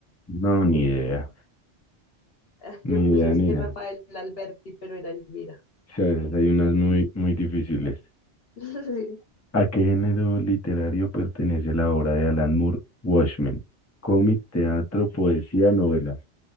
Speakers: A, on the left; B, on the left.
A: no, ni idea.
B: Ah,
A: Ni
B: Yo puse
A: idea,
B: es
A: ni
B: que
A: idea.
B: Rafael Alberti, pero era Elvira.
A: Sí, a veces hay unas muy, muy difíciles.
B: <laughs>
A: ¿A qué género literario pertenece la obra de Alan Moore, Watchmen? Cómic, teatro, poesía, novela.